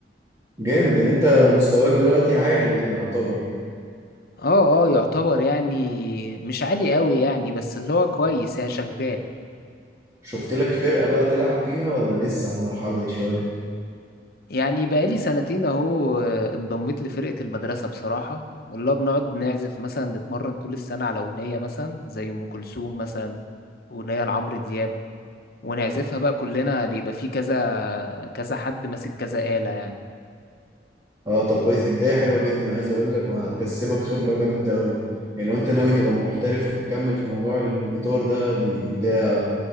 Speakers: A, on the right (about 20°); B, on the left (about 55°).
A: جامد ان انت مستواك دلوقتي عالي يعني يعتبر
B: اه اه يعتبر يعني مش عالي قوي يعني بس اللي هو كويس يعني شغال
A: شفت لك فرقه بقى تلعب فيها ولا لسه على المرحله دي شويه
B: يعني بقالي سنتين اهو انضميت لفرقة المدرسة بصراحة والله بنقعد نعزف مثلا نتمرن طول السنة على أغنية مثلا زي أم كلثوم مثلا أغنية لعمرو دياب ونعزفها بقى كلنا بيبقى فيه كذا كذا حد ماسك كذا آلة يعني
A: اه طب كويس دي بدايه حلوه جدا عايز اقول لك وهتكسبك خبره جامده قوي يعني لو انت ناوي تبقى محترف وتكمل في موضوع الجيتار ده دي دي بدايه